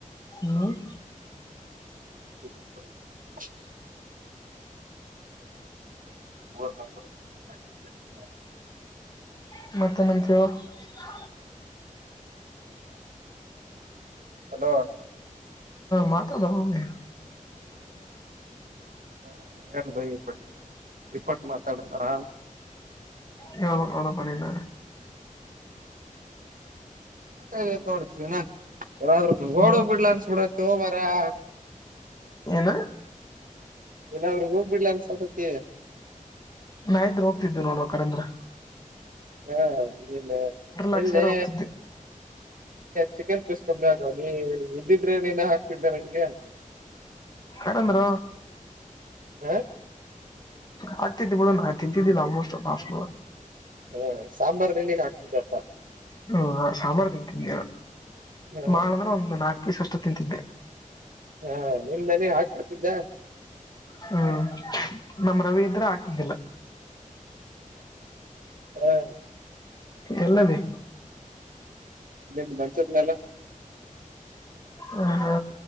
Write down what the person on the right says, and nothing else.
<unintelligible> <unintelligible>
ಹಲೊ.
ಹಾ ಹೇಳಬೈ ಇಪಟ್ಟ ಇಪಟ್ಟ ಮಾತಾಡ್ತಾರ
ಆ ನೋಡತವಿನಾ ಯಾದ್ರರು
ಓಡ ಬಿಡ್ಲ ಅನ್ಸಬ ಬಿಡತ್ ಮಾರಯ್ಯಾ.
ಎಲ್ಲಾರು ಹೋಗ್ಬಿಡ್ಲ ಅನ್ಸತತಿ.
ಹಾ ಇಲ್ಲ ನಿನ್ನೆ.
ಚಿಕನ್ ಪೀಸ್ ಕಮ್ಮಿ ಆಗ ನೀ ಇದ್ದಿದ್ರೆ ನೀನೇ ಹಾಕ್ತಿದ್ದೆ ನಂಗೆ. <inaudible>
<inaudible>
ಹ್ಮ ಸಾಂಬಾರ್ ಎಲ್ಲಿಗ್ ಹಾಕ್ತಿದಪ್ಪ.
ಹಾ
ಹಾ ನಿನ್ನ ನಿಗ ಹಾಕ್ಬಡ್ತಿದ್ದ.
ಹಾ.
ಇಲ್ಲೇ ಮಂಚದ ಮೇಲೆ